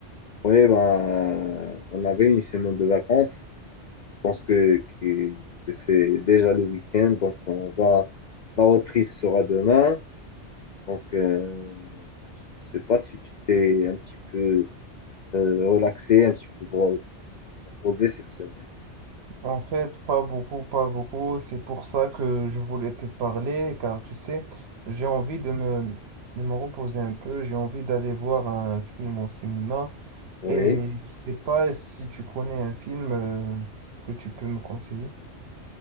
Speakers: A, on the left; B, on the right.
A: oui ben, on avait une semaine de vacances. Je pense que, que- que c'est déjà le week-end, donc on va, la reprise sera demain. Donc, euh, je sais pas si tu t'es un petit peu euh, relaxé, un petit peu pro- reposé cette semaine.
B: En fait, pas beaucoup, pas beaucoup. C'est pour ça que je voulais te parler, car tu sais, j'ai envie de me, de me reposer un peu. J'ai envie d'aller voir un film au cinéma.
A: Oui.
B: Et je sais pas si tu connais un film, euh, que tu peux me conseiller.